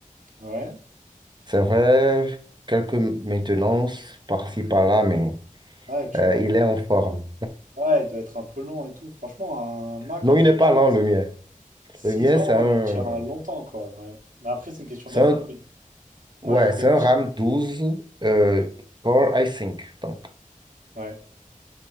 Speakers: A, on the right; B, on the right.
A: Ouais,
B: C'est vrai, quelques maintenances par-ci, par-là, mais
A: ouais, tu
B: euh,
A: vois.
B: il est en forme.
A: Ouais, il doit être un peu long et tout. Franchement, un Mac,
B: Non,
A: tu
B: il n'est
A: l'achètes
B: pas lent, le mien.
A: 6
B: Le mien,
A: ans,
B: c'est un,
A: il tient longtemps, quoi. Ouais. Mais après, c'est une question
B: c'est
A: d'habitude.
B: un,
A: Moi,
B: ouais,
A: j'étais.
B: c'est
A: Ouais.
B: un RAM 12 euh, Core i5. Donc,
A: Ouais,